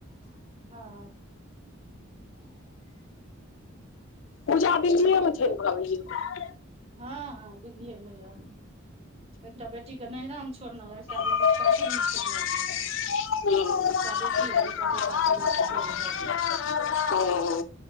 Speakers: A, on the right (about 30°); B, on the left (about 65°).
A: हँ
B: पूजा दिल्लिएमे छनि <unintelligible>
A: हँ, हँ दिल्लीएमे यए एकटा बेटीके नैहरामे छोड़नेयै, एकटा बेटीके
B: हँ
A: सासुरमे छोड़ने यए एकटा बेटी आ दूटा बेटाे लए कऽ गोल भए गेल
B: <inaudible>